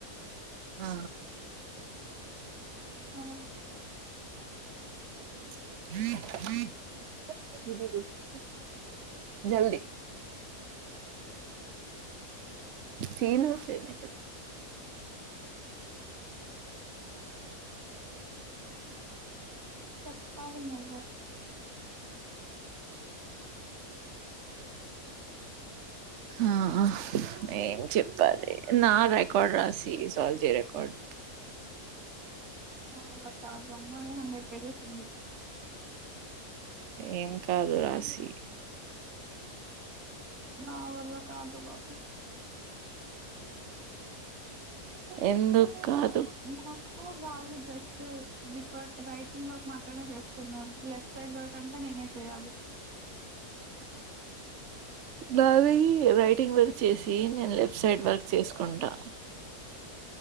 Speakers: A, on the right (about 60°); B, on the right (about 75°).
A: ఆ
B: ఆ
A: <unintelligible> జల్ది సీనసెనక
B: కాాల మ
A: ఆ ఆ ఏం చెప్పాలి నా రెకార్డ్ రాసి సాల్ చేయ్ రికార్డ్
B: అల్ల కాదు అమ్మ నే నమ్మేది ఫ్రై జేస్సుంది
A: ఏం కాదు రాశి
B: నా వల్ల కాదు బాబు
A: ఎందుక్కాదు
B: నాకు బాగా జస్ట్ రికార్డ్ రైటింగ్ వర్క్ మాత్రమే చేస్తున్నాం లెఫ్ట్ సైడ్ వర్క్ అంతా నేనే చేయాలి.
A: నాది రైటింగ్ వర్క్ చేసి నేను లెఫ్ట్ సైడ్ వర్క్ చేసుకుంటా